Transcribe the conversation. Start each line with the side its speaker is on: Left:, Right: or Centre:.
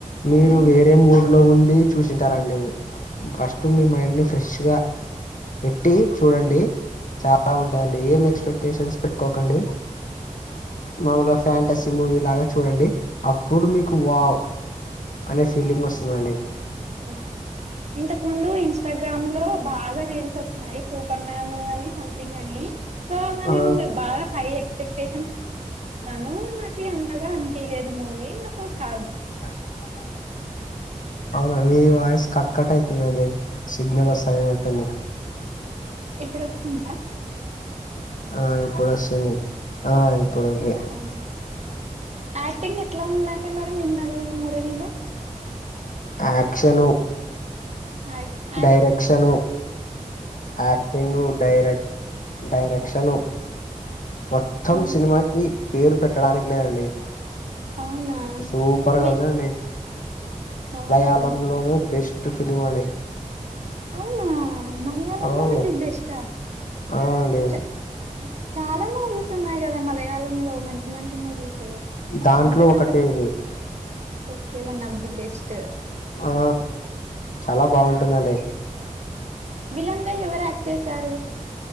Left: మీరు
Right: ఉమ్.
Left: వేరే మూడ్ లో ఉండి, చూసింటారండి. ఫస్ట్ మీ మైండ్ ని ఫ్రెష్ గా పెట్టి చూడండి. చాలా ఉంటుందిండి. ఏం ఎక్స్పెక్టేషన్స్ పెట్టుకోకండి మామలుగా ఫ్యాంటసీ మూవీ లాగా చూడండి. అప్పుడు మీకువావ్ అనే ఫీలింగ్ వస్తుందండి.
Right: హ ఇంతకు ముందు ఇ ఇన్స్టాగ్రామ్ లో బాగా రీల్స్ వస్తున్నాయి. సూపర్ మ్యాన్ అని సంథింగ్ అని సో అ
Left: ఆ
Right: నేను బాగా హై ఎక్స్పెక్టేషన్ తను నాకు ఎంతగా అనిపయలేదు. మూవీ నా స్టార్ట్
Left: <unintelligible> అవున మీ వాయిస్ కట్ కట్ అయితుందండి సిగ్నల్ వస్త లేనట్టుంది
Right: ఇప్పుడు వస్తుందా
Left: ఆ ఇప్పుడు వస్తుంది ఆ ఇప్పుడు ఒకే
Right: అవును యాక్టింగ్ ఎట్లా ఉందండి మరి మిన్న మురళిలో
Left: యాక్షను
Right: ఆ
Left: డైరెక్షను యాక్టింగు డైరెక్ డైరెక్షను మొత్తం
Right: ఆ ఆ
Left: సినిమాకి పేరు పెట్టడానికి లేదండి
Right: అవునా
Left: సూపర్గా
Right: వి
Left: ఉందండి
Right: అవునా
Left: మలయాళంలోనే బెస్ట్ ఫిలిమ్ అండి
Right: అవునా మలయాళంలోనే
Left: అవును
Right: దీ బెస్ట
Left: అవునండి
Right: చ చాలా మూవీస్ ఉన్నాయి కదా మలయాళంలో మంచి మంచి మూవీస్
Left: దాంట్లో
Right: అంతా కంటే
Left: ఒకటి ఇది
Right: okay one of the best
Left: ఆ చాలా బావుంటుందండి
Right: విలన్గా ఎవరు యాక్ట్ చేసారు